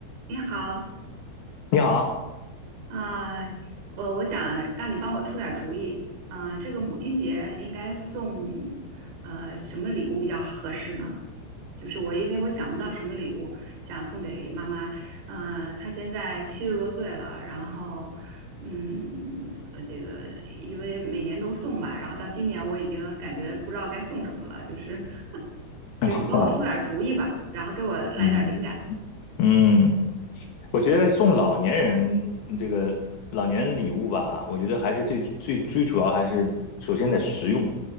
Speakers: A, on the right; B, on the left.
A: 你好，
B: 你好，
A: 啊、我我想让你帮我出点主意，啊，这个母亲节应该送呃什么礼物比较合适呢？就是我因为我想不到什么礼物想送给妈妈，呃，她现在七十多岁了，然后嗯，呃这个因为每年都送吧，然后到今年我已经感觉不知道该送什么了，就是 <laughs> 就你帮我出点主意吧，
B: 啊，
A: 然后给我来点灵感。
B: 嗯，嗯，我觉得送老年人嗯这个老年人礼物吧，我觉得还是最最最主要还是首先得实用，